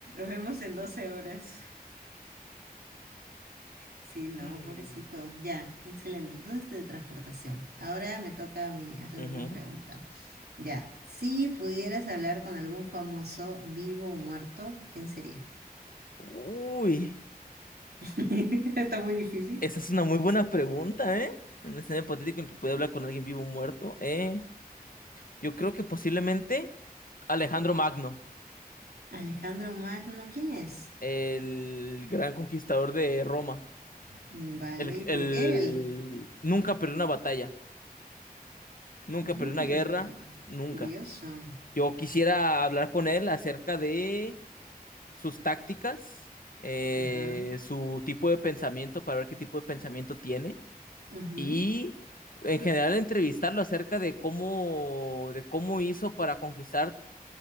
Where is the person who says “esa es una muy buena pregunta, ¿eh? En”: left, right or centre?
Left